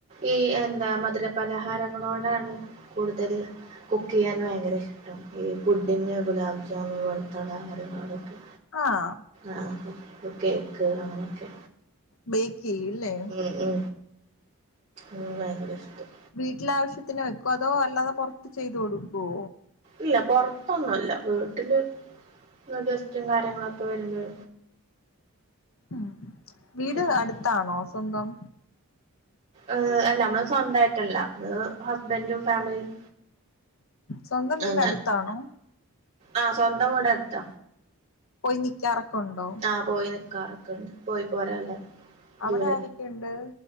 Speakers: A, on the right (about 30°); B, on the left (about 65°).
A: ഈ എന്താ മധുരപലഹാരങ്ങളോടാണ് കൂടുതല് കുക്ക് ചെയ്യാൻ ഭയങ്കര ഇഷ്ടം ഈ പുഡിങ് ഗുലാ് ജാമുൻ വെളത്തുള്ള ആഹാരങ്ങളടൊക്കെ
B: ആഹ്
A: ആഹ കേക്ക് അങ്ങനോക്കെ
B: ബേക്ക് ചെയ്യൂല്ലേ
A: ഉ ഉ ഉ ഭയങ്കര ഇഷ്ടം
B: വീട്ടില ആവശ്യത്തിന് വെക്കോ അതോ അല്ലാതെ പുറത്ത് ചെയ്ത് കൊടുക്കുവോ
A: ഇല്ല പുറത്തൊന്നുമല്ല വീട്ടില് ഗസ്റ്റും കാര്യങ്ങളൊക്കെ വരുമ്പോ
B: ഉം വീട്
A: ഇങ്ങനെ
B: അടുത്താണോ സ്വന്തം
A: ഏ് അല്ല നമ്മള് സ്വന്തമായിട്ടല്ല നമ്മൾ ഹസ്ബൻറും ഫാമിലിയും
B: സ്വന്തം വീട്
A: അങ്ങനെ
B: അടുത്താണോ?
A: ആഹ് സ്വന്തം വീട് അടുത്ത
B: പോയി നിക്കാറൊക്കെ ഉണ്ടോ?
A: ആഹ് പോയി നിക്കാറൊക്കെണ്ട് പോയി പോരല്ല
B: അവിടെ
A: ദൂര
B: ആരൊക്കെയുണ്ട്